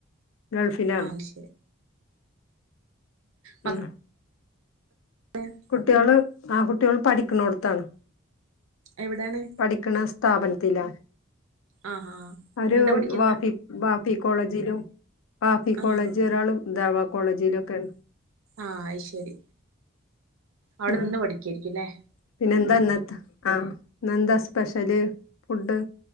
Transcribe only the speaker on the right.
ആ ശരി മക്ക
<unintelligible>
എവിടെണ്
ആഹ് ആഹ്
എന്താ പഠിക്കുന്നെ
ആഹ്
ആഹ് അയ്ശരി. അവിടെ
നിന്ന് പഠിക്കായിരിക്ക്ല്ലേ